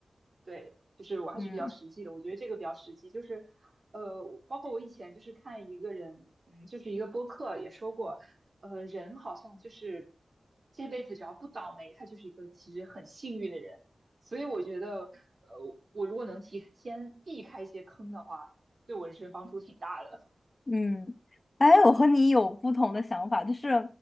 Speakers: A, on the right (about 55°); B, on the left (about 40°).
A: 对，就是我还是比较实际的，
B: 嗯。
A: 我觉得这个比较实际，就是，呃，我包括我以前就是看一个人，嗯，就是一个播客也说过，呃，人好像就是这辈子只要不倒霉，他就是一个其实很幸运的人，所以我觉得，呃，我如果能提前避开一些坑的话，对我人生帮助挺大的。
B: 嗯，哎，我和你有不同的想法，就是，